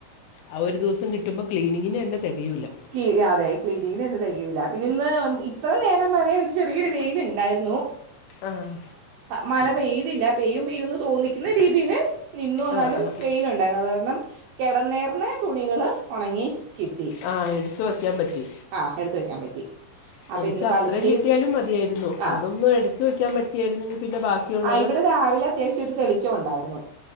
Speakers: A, on the left; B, on the right.
A: ആഹ് ഒരു ദിവസം കിട്ടുമ്പ ക്ലീനിങ്ങിന്നെന്നെ തെകയൂല്ല
B: ക് അതെ ക്ലീനങ്ങിനെന്നെ തെയ്യൂല്ല. പിന്നെ ഇന്ന് ഇത്ര നേരം വരെ ഒരു ചെറീയൊരു വെയിലുണ്ടായിരുന്നു
A: ആഹ്
B: മഴ പെയ്തില്ല പെയ്യും പെയ്യുംന്ന് തോന്നിക്കുന്ന രീതിയില് നിന്നു എന്നാലും
A: ആ ആ
B: വെയിലുണ്ട് ഉണ്ടായിര്ന്നു അത് കാര്ണം കെടെന്നേർന്ന തുണികള് ഒണങ്ങി കിട്ടി
A: ആ എടുത്ത് വയ്ക്കാൻ പറ്റി
B: ആ എടുത്ത് വയ്ക്കാൻ പറ്റി അപ്പം
A: എനിക്ക്
B: ഇന്നിപ്പം
A: അത്രയും
B: അലക്കി
A: കിട്ടിയാലും മതിയായ്ര്ന്നു.
B: ആഹ്
A: അതൊന്നും എടുത്ത് വെക്കാൻ പറ്റിയായിരുന്നെങ്കി പിന്നെ ബാക്കിയള്ള
B: ആ ഇവടെ രാവിലെ അത്യാവശ്യം ച്ചൊ ഉണ്ടായിര്ന്നു